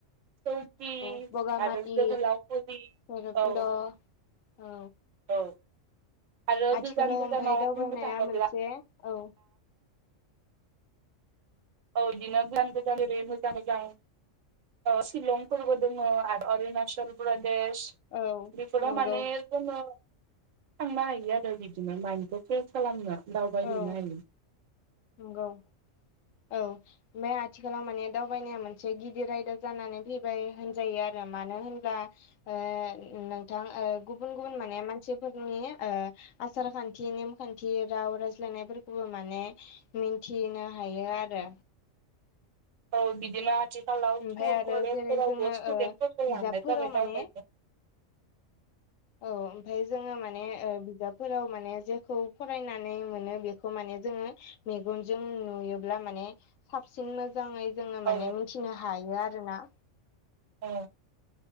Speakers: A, on the right; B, on the left.
A: सौकि
B: औ बगामाथि
A: आरो जोहोलावफुरि
B: भैरबकुन्द'
A: औ।
B: औ
A: औ आरो
B: आथिखालाव
A: गोजान गोजानाव
B: ओमफाय दावबायनाया
A: बुंनो थाङोब्ला
B: मोनसे औ।
A: औ इदिनो प्लानगोजालि मोजां- मोजां। शिलंफोरबो दोङ' आरो अरुणाचल प्रदेश।
B: औ
A: बेफोराव
B: नंगौ
A: माने जोङो थांनो हायो आरो बिदिनो मानिखौ प्रेस खालामनो दावबाय
B: औ
A: हैैनो हायो।
B: नंगौ। औ। ओमफाय आथिखालाव माने दावबायनाया मोनसे गिदिर आयदा जानानै फैबाय होनजायो आरो मानो होनब्ला। ओ नोंथां ओ गुबुन-गुबुन माने मानसिफोरनि ओ। आसार-खान्थि, नेमखान्थि, राव रायज्लायनायफोरखौबो माने मिन्थिनो। हायो आरो
A: औ बिदिनो आथिखालाव
B: ओमफ्राय
A: स्कुल
B: आरो
A: कलेजफोरावबो
B: जेरै जोङो
A: स्टुडेन्टफोरखौ
B: ओ बिजाबफोराव
A: लांनाय जाबाय
B: माने
A: दावबायनो।
B: औ ओमफ्राय जोङो माने ओ बिजाबफोराव माने जेखौ फरायनानै मोनो बेखौ माने जोङो मेगनजों नुयोब्ला माने साबसिन मोजाङै जोङो माने
A: औ
B: मिथिनो हायो आरोना।
A: औ